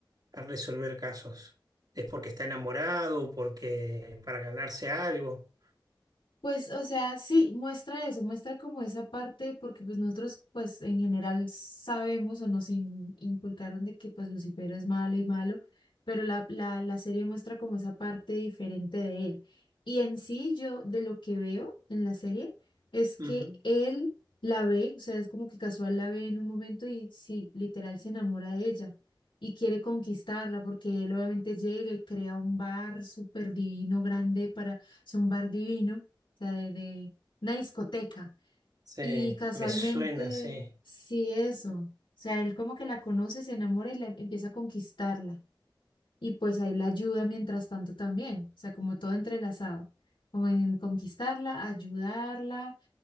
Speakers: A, on the right; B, on the left.
A: a resolver casos. ¿Es porque está enamorado, porque para ganarse algo?
B: Pues, o sea, sí, muestra eso, muestra como esa parte, porque pues nosotros pues en general sabemos o nos in- inculcaron de que pues Lucifer es malo y malo, pero la, la, la serie muestra como esa parte diferente de él. Y en sí yo de lo que veo en la serie es que
A: Ujú.
B: él la ve, o sea, es como que casual la ve en un momento y sí, literal se enamora de ella y quiere conquistarla porque él obviamente llega y crea un bar súper divino, grande para, es un bar divino o sea, de, de una discoteca.
A: Sí,
B: Y casualmente,
A: me suena, sí.
B: sí, eso. O sea, él como que la conoce, se enamora y la, empieza a conquistarla. Y pues ahí la ayuda mientras tanto también. O sea, como todo entrelazado. Como en conquistarla, ayudarla.